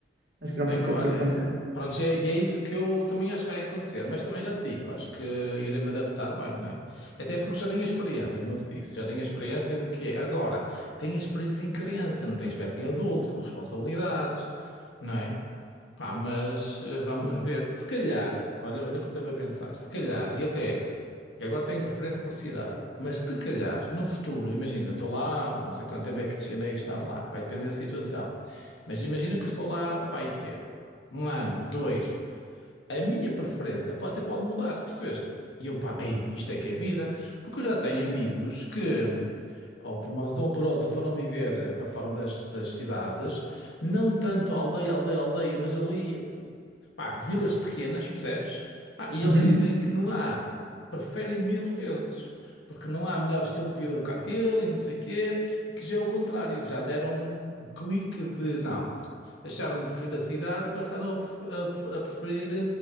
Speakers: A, on the right; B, on the left.
A: Acho que era
B: É,
A: um pouco
B: co-
A: isso
B: é-
A: que ia acontecer.
B: pronto, e é, e é isso que eu também acho que vai acontecer. Mas também já te digo, acho que irei-me adaptar bem, não é? Até porque já tenho a experiência, como eu te disse. Já tenho a experiência do que é. Agora, tenho a experiência em criança, não tenho experiência em adulto, com responsabilidades, não é? Pá, mas eh, vamos
A: Sim,
B: ver. Se calhar, olha, olha o que eu estava a pensar. Se calhar, e até eu agora tenho preferência por cidade, mas se calhar no futuro, imagina, estou lá, não sei quanto tempo é que irei estar lá, vai depender da situação. Mas imagina que eu estou lá, pá, e que é um ano, dois. A minha preferência pode, até pode mudar, percebeste? E eu, pá, ei, isto é que é vida, porque eu já tenho
A: sim,
B: amigos
A: sim.
B: que, ou por uma razão ou por outra, foram viver eh, para fora das, das cidades não tanto aldeia, aldeia, aldeia, mas ali pá, vilas pequenas, percebes? Pá, e
A: Uhum.
B: eles dizem que não há, preferem mil vezes, porque não há melhor estilo de vida do que aquele e não sei quê, e que já é o contrário, já deram um clique de não, deixaram de preferir a cidade e passaram a, pref- a pref- a preferir